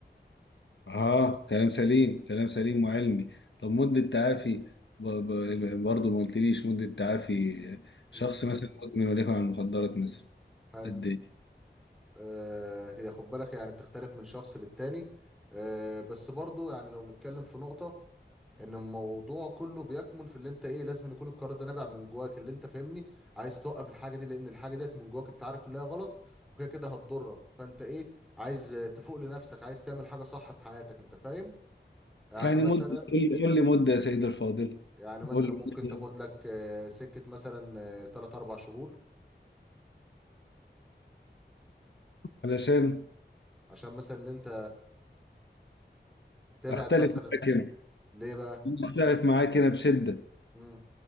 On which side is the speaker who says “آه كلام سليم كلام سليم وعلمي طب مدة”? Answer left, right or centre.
Left